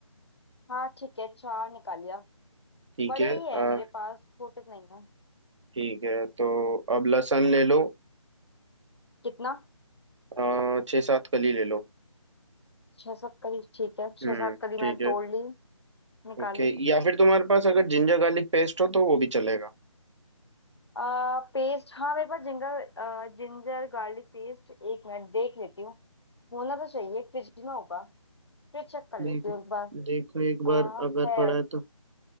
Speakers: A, on the left (about 50°); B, on the right (about 60°).
A: हाँ ठीक है चार निकाल लिया
B: ठीक
A: बड़े
B: है
A: ही है
B: अ,
A: मेरे पास छोटे तो नहीं है
B: ठीक है तो अब लहसुन ले लो
A: कितना
B: अ, छः सात कली ले लो
A: छह सात कली ठीक है छह
B: हम्म
A: सात कली
B: ठीक
A: मैंने
B: है
A: तोड़ ली निकाल
B: ओके
A: ली
B: या फिर तुम्हारे पास अगर जिंजर गार्लिक पेस्ट हो तो वो भी चलेगा
A: आ, पेस्ट हाँ मेरे पास जिंगर जिंजर गार्लिक पेस्ट एक मिनट देख लेती हूँ होना तो चाहिए फ्रिज में होगा फ्रिज चेक कर
B: देखो
A: लेती हूँ एक बार
B: देखो एक
A: आ,
B: बार अगर
A: है
B: पड़ा है तो